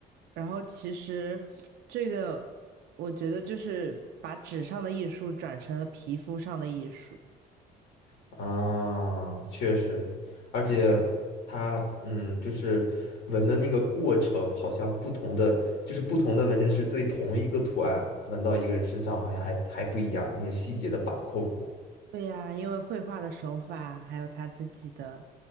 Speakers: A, on the right; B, on the left.
A: 然后其实这个，我觉得就是把纸上的艺术转成了皮肤上的艺术。
B: 啊，确实，而且它，嗯，就是纹的那个过程，好像不同的，就是不同的纹身师对同一个图案纹到一个人身上，好像还还不一样，那个细节的把控，
A: 对呀，因为绘画的手法还有他自己的